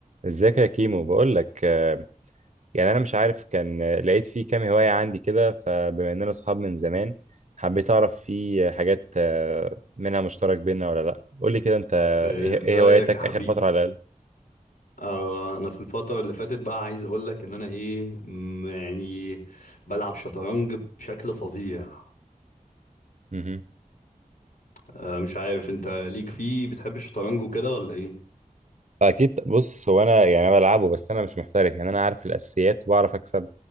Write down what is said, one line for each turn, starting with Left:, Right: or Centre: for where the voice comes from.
Right: ازيك يا كيمو بقول لك آه، يعني انا مش عارف كان آه، لقيت فيه كام هواية عندي كده فبما اننا اصحاب من زمان حبيت اعرف فيه حاجات آه، منها مشترك بينا ولا لا قول لي كده انت
Left: ازيك
Right: ايه إيه هواياتك
Left: يا حبيبي
Right: اخر فترة على الاقل
Left: آه انا في الفتره اللي فاتت بقى عايز اقول لك ان انا ايه م- يعني بلعب شطرنج بشكل فظيع
Right: مهم.
Left: آه مش عارف انت ليك فيه بتحب الشطرنج وكده ولا ايه
Right: اكيد بص هو انا يعني أنا بلعبه بس انا مش محترف يعني انا عارف الاساسيات وبعرف اكسب